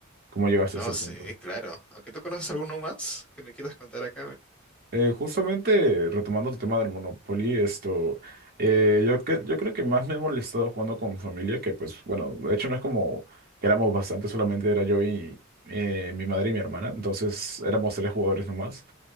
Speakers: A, on the right; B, in the centre.
A: cómo llegaste
B: No
A: a ese
B: sé,
A: punto.
B: claro. Aunque tú conoces alguno más que me quieras contar acá.
A: Eh, justamente retomando tu tema del Monopoly, esto, eh, yo, cre- yo creo que más me he molestado jugando con familia, que pues bueno, de hecho no es como que éramos bastante, solamente era yo y eh, mi madre y mi hermana, entonces éramos tres jugadores nomás.